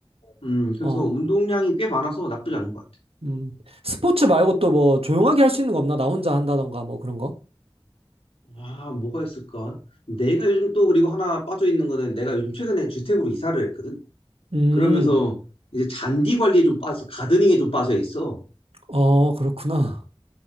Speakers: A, on the left; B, on the right.
A: 음, 그래서
B: 어,
A: 운동량이 꽤 많아서 나쁘지 않은 것 같아.
B: 음. 스포츠 말고 또 뭐, 조용하게 할 수 있는 거 없나? 나 혼자 한다던가, 뭐 그런 거?
A: 아, 뭐가 있을까? 내가 요즘 또 그리고 하나 빠져 있는 거는 내가 요즘 최근에 주택으로 이사를 했거든?
B: 음,
A: 그러면서 이제 잔디 관리에 좀 빠져, 가드닝에 좀 빠져 있어.
B: 어, 그렇구나.